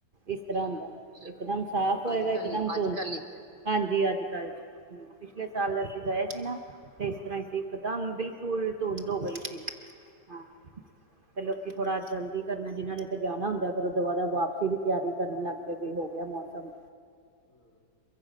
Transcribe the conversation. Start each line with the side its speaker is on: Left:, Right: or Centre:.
Right: ਇਸ
Left: ਅੱਛਾ
Right: ਤਰ੍ਹਾਂ ਹੁੰਦਾ ਇਕਦਮ ਸਾਫ਼ ਹੋਏਗਾ,
Left: ਅੱਜ ਕੱਲ
Right: ਇੱਕ
Left: ਹੀ
Right: ਦੱਮ
Left: ਚ
Right: ਧੁੰ, ਅੱਜ-ਕਲ ਇੱਚ? ਹਾਂਜੀ, ਅੱਜ-ਕਲ ਚ। ਹਂ, ਪਿਛਲੇ
Left: ਅੱਛਾ
Right: ਸਾਲ ਅਸੀਂ ਗਏ ਸੀ ਨਾ ਤੇ ਇਸ ਤਰ੍ਹਾਂ ਈ ਸੀ, ਇਕਦਮ ਬਿਲਕੁਲ ਧੁੰਦ ਹੋ ਗਈ ਸੀ। ਹਾਂ।
Left: ਅੱਛਾ।
Right: ਕੀ ਲੋਕੀ ਥੋੜਾ ਜਲਦੀ ਕਰਨਾ ਜਿਨ੍ਹਾਂ ਨੇ ਤੇ ਜਾਣਾ ਹੁੰਦਾ, ਫਿਰ ਓ ਦਵਾਦਵ ਵਾਪਸੀ ਦੀ ਤਿਆਰੀ ਕਰਨ ਲੱਗ ਪਏ। ਬੀ ਹੋ ਗਿਆ ਮੌਸਮ
Left: ਹਂ,